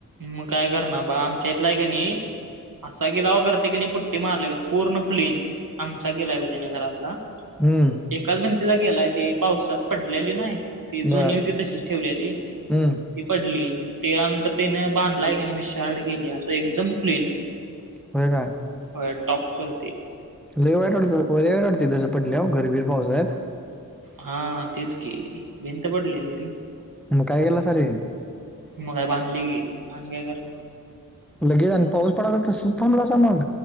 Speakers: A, on the right; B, in the centre.
A: मग काय करणार बा आमच्या इथला हाय की नाही असा गिलावा करतंय की नई पु ते मारलेय पूर्ण प्लेन आमचा गलाय ब तिने घरातला.
B: हम्म.
A: एकाच भिंतीचा गेलाय ती पावसात पडलेली नाय. ती
B: बर
A: जुनी होती तशीच ठेवलेली
B: हम्म
A: ती पडली म ते यानंतर तेन बांधलाय की नाही विशाळ गेली असं एकदम प्लेन
B: होय काय?
A: होय यटॉप करती.
B: लई वाईट वाटतं होतं लई वाईट वाटत तसं पडल्यावर घरबीर पावसाळ्यात?
A: हा तेच की भिंत पडलेली रे.
B: मग काय केला अरे
A: म काय बांधले कि आणि काय करणार.
B: लगे आणि पाऊस पडाला तसेच थांबला असाल मंग